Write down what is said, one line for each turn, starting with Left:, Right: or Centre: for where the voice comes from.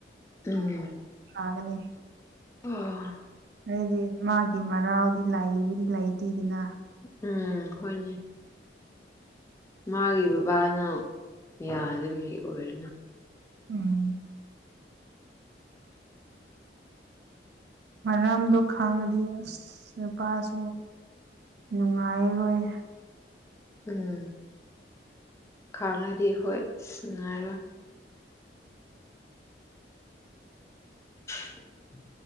Left: ꯎꯝ
Right: ꯃꯥꯒꯅꯤ
Left: ꯑꯣ
Right: ꯍꯥꯏꯗꯤ ꯃꯥꯒꯤ ꯃꯔꯥꯎꯗꯤ ꯂꯕꯨꯗꯤ ꯂꯩꯇꯦꯗꯅ
Left: ꯎꯝ ꯍꯣꯏꯅꯦ ꯃꯥꯒꯤ ꯕꯕꯥꯅ ꯌꯥꯗꯕꯒꯤ ꯑꯣꯏꯔꯤꯅ
Right: ꯎꯝ ꯃꯔꯝꯗꯣ ꯈꯪꯉꯗꯤ ꯑꯁ ꯅꯨꯄꯥꯁꯨ ꯅꯨꯡꯉꯥꯏꯔꯣꯏ
Left: ꯎꯝ ꯈꯥꯡꯅꯗꯤ ꯍꯣꯏ ꯉꯉꯥꯏꯔꯣꯏ <inaudible>